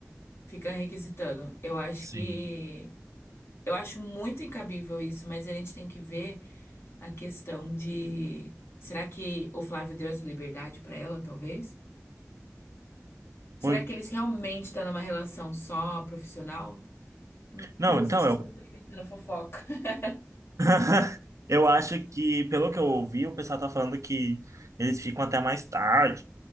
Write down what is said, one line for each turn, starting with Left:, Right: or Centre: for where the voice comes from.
Left: fica requisitando. Eu acho
Right: sim.
Left: que. Eu acho muito incabível isso, mas a gente tem que ver a questão de. Será que o Flávio deu essa liberdade para ela, talvez? Será
Right: oi
Left: que eles realmente estão numa relação só profissional? Meu
Right: Não,
Left: Deus,
Right: então
Left: eu não sei
Right: eu.
Left: se eu tô inventando fofoca. <laughs>
Right: <laughs> Eu acho que, pelo que eu ouvi, o pessoal tá falando que eles ficam até mais tarde